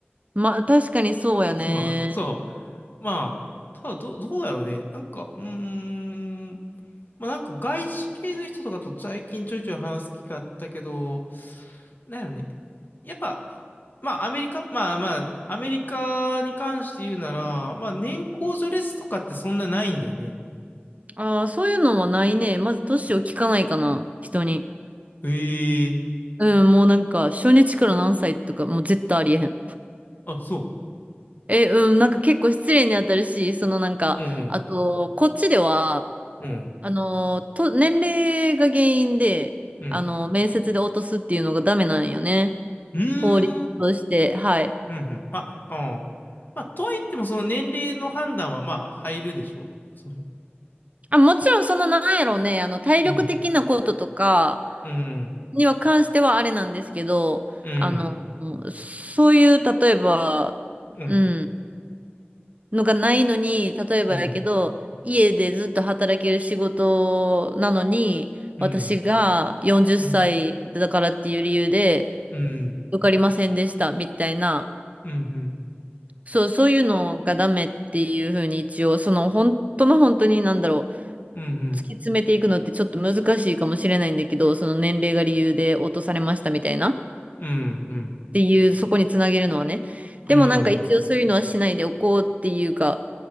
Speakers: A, on the right (about 35°); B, on the left (about 50°).
A: まあ、確かにそうやね。
B: そう、そう。まあ、ただど、どうやろうね。なんか、うーん。まあなんか外資系の人とかと最近ちょいちょい話す機会あったけど、なんやろね。やっぱ、まあアメリカまあまあ、アメリカに関して言うなら、まあ年功序列とかってそんなないんだよね。
A: ああ、そういうのはないね。まず年を聞かないかな、人に。
B: ええ
A: うん、もうなんか、初日から何歳とか、もう絶対ありえへん。
B: あ、そ
A: え、うん、なんか結構失礼に当たるし、そのなんか、
B: う。うん
A: あと、こっちでは、
B: うん。うん。
A: あの、と、年齢が原因で、
B: うん。
A: あの、面接で落とすっていうのがダメなんよね。
B: うーん。
A: 法律として、はい。
B: うんうん。まあ、ああ。まあ、とはいってもその年齢の判断はまあ入るでしょその、
A: あ、もちろんそのなんやろうね、あの、体力的なこととか、
B: うん。うん
A: には関してはあれなんですけど、
B: うん。うん。
A: あの、そういう、例えば、
B: うん。
A: うん、のがないのに、例えばやけど、
B: うん、
A: 家でずっと働ける仕事なのに、
B: うん、
A: 私が40歳だからっていう理由で
B: うん、うん、
A: 受かりませんでしたみたいな、
B: うん、うん、
A: そう、そういうのがダメっていうふうに一応、その本当の本当になんだろう、
B: うん、
A: 突き詰めていくのってちょっと難しいかもしれないんだけど、その年齢が理由で落とされましたみたいな。
B: うん、うん、
A: っていう、そこにつなげるのはね。でもなんか一応そういうのはしないでおこうっていうか、
B: うん、